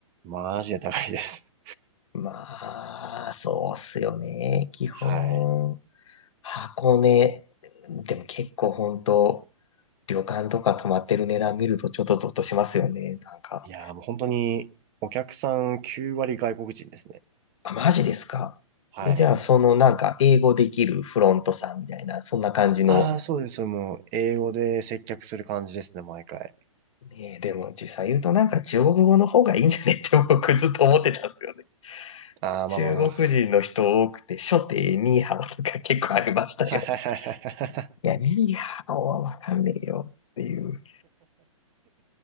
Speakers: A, on the right; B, on the left.
A: マジで高いです。
B: まあ、そうっすよね。基本、
A: <laughs> はい。
B: 箱根、でも結構本当、旅館とか泊まってる値段見るとちょっとゾッとしますよね。なんか、
A: いやー、もう本当にお客さん9割外国人ですね。
B: あ、マジですか。
A: はい。
B: え、じゃあ、そのなんか、英語できるフロントさんみたいな、そんな感じの
A: ああ、そうです。もう英語で接客する感じですね、毎回。
B: ねえ、でも実際言うとなんか中国語の方がいいんじゃねって僕ずっと思ってたんですよね。
A: ああ、
B: <laughs>
A: まあまあまあ。
B: 中国人の人多くて、初手ニーハオとか結構ありましたよ。
A: <laughs> はいはいはいはいは
B: <laughs> いや、ニーハオはわかんねえよっていう。